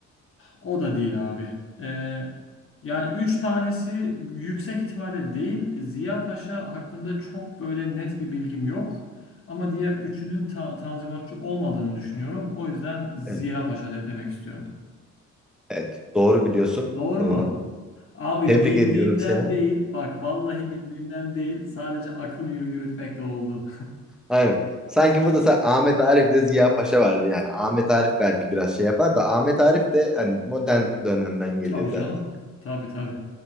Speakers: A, on the left; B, in the centre.
A: o da değil abi. Ee, yani üç tanesi yüksek ihtimalle değil. Ziya Paşa hakkında çok böyle net bir bilgim yok. Ama diğer üçünün ta- tanzimatçı olmadığını düşünüyorum. O yüzden Ziya
B: Evet.
A: Paşa de- demek istiyorum.
B: Evet, doğru biliyorsun.
A: Doğru
B: Ee,
A: mu? Abi
B: tebrik
A: bildiğimden
B: ediyorum seni.
A: değil. Bak vallahi bildiğimden değil. Sadece akıl yürü- yürütmekle oldu.
B: Aynen. Sanki burada sa- Ahmet Arif de Ziya Paşa vardı yani. Ahmet Arif belki biraz şey yapar da Ahmet Arif de hani modern dönemden geliyor
A: Tabii canım.
B: zaten.
A: Tabii tabii.